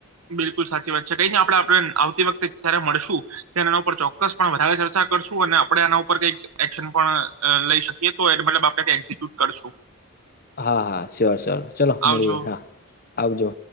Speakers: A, on the right; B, on the left.
A: બિલકુલ સાચી વાત છે કઈ નહી આપણે આપણે આવતી વખતે જયારે મળશું ત્યારે એના ઉપર ચોક્કસ પણ વધારે ચર્ચા કરશું અને આપણે એના ઉપર કઈક એક્શન પણ લઈ શકીએ તો એ મતલબ આપણે ક એક્ઝિક્યુટ કરશું.
B: હા હા સ્યોર સ્યોર ચલો
A: આવજો
B: મળીએ હા આવજો.